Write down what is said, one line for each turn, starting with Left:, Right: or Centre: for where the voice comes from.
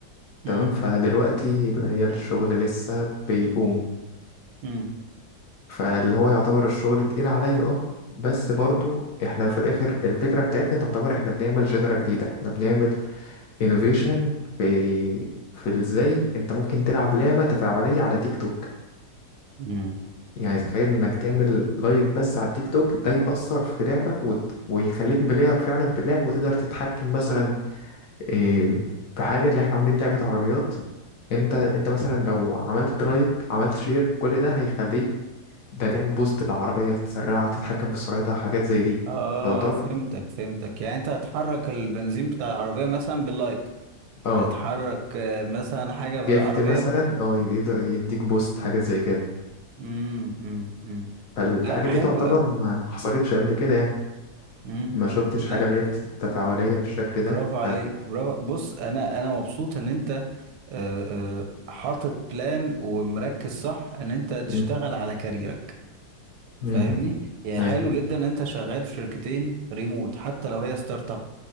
Left: تمام
Right: امم
Left: فدلوقتي اللي هي الشغل لسه بيقوم
Right: امم
Left: فاللي هو يعتبر الشغل تقيل عليا اه بس برضو احنا في الاخر الفكرة بتاعتنا تعتبر احنا بنعمل جنرا جديدة احنا بنعمل انوفيشن في في ازاي انت ممكن تلعب لعبة تفاعلية على تيك توك
Right: امم
Left: يعني تخيل انك تعمل لايك بس على التيك توك ده يأثر في لعبة وت... ويخليك بلاير فعلا في اللعبة وتقدر تتحكم مثلا إيه، في حاجة اللي احنا عاملين لعبة عربيات انت انت مثلا لو عملت لايك عملت شير كل ده هيخليك ده تعمل بوست لعربية تسرعها تتحكم في سرعتها حاجات زي دي
Right: اه
Left: تعتبر
Right: فهمتك فهمتك يعني انت هتحرك البنزين بتاع العربية مثلا باللايك
Left: اه
Right: هتحرك آه، مثلا حاجة في
Left: جفت
Right: العربية
Left: مثلا اه يقدر يديك بوست حاجات زي كده
Right: امم امم امم
Left: فالحاجة
Right: لا حلو
Left: دي تعتبر
Right: قوي
Left: ما حصلتش قبل كده يعني
Right: امم
Left: ما شفتش
Right: امم لا
Left: حاجة اللي هي بت- تفاعلية بالشكل ده
Right: برافو عليك
Left: ف-
Right: برافو بص انا انا مبسوط ان انت آه، آه، حاطط بلان ومركز صح ان انت تشتغل
Left: مم.
Right: على كاريرك
Left: مم.
Right: فاهمني يعني
Left: أيوة.
Right: حلو جدا ان انت شغال في شركتين ريموت حتى لو هي ستارت اب